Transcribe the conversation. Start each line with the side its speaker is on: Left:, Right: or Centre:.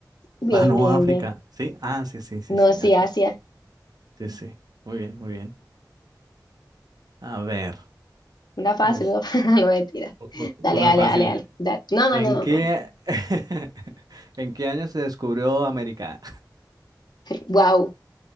Left: Bien,
Right: Ah, no,
Left: bien,
Right: África.
Left: bien.
Right: Sí, ah, sí, sí, sí,
Left: No,
Right: sí.
Left: sí,
Right: Ah, qué
Left: Asia.
Right: bo- Sí, sí. Muy bien, muy bien. A ver,
Left: Una fácil,
Right: es
Left: no, <laughs> no mentira.
Right: u- u-
Left: Dale,
Right: una
Left: dale,
Right: fácil.
Left: dale, dale. dale. No, no,
Right: ¿En
Left: no, no,
Right: qué,
Left: no.
Right: <laughs> en qué año se descubrió América?
Left: Wow,